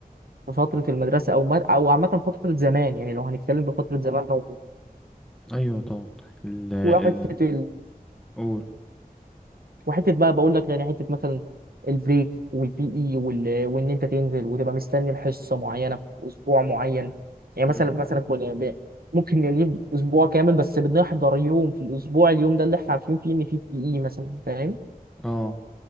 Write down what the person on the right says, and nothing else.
في فترة المدرسة او ما او عامة فترة زمان يعني لو هنتكلم بفترة زمان و-
وفترة
وحته بقى بقول لك يعني حته مثلا البريك والبي اي وال... وان انت تنزل وتبقى مستني الحصه معينه في اسبوع معين يعني
مثلا مثلا كل- ب- ممكن نجيب اسبوع كامل بس بنحضر يوم في الاسبوع اليوم ده اللي احنا عارفين فيه ان فيه بي اي مثلا فاهم